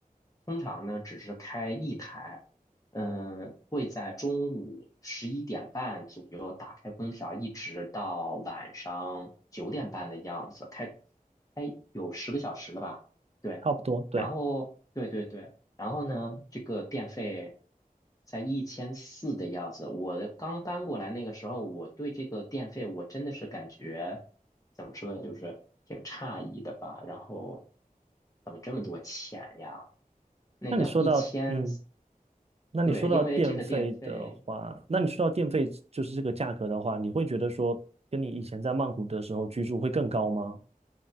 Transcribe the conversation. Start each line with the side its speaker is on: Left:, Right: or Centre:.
Left: 通常呢只是开一台，嗯，会在中午十一点半左右打开空调，一直到晚上九点半的样子，开开有十个小时了吧？对，
Right: 差不多，对。
Left: 然后对对对。然后呢，这个电费在一千四的样子。我的刚搬过来那个时候，我对这个电费我真的是感觉怎么说呢，就是挺诧异的吧。然后怎么这么多钱呀？那个一千，
Right: 那你说到，嗯，那你说到电费的话，
Left: 对，因为这个电费。
Right: 那你说到电费就是这个价格的话，你会觉得说跟你以前在曼谷的时候居住会更高吗？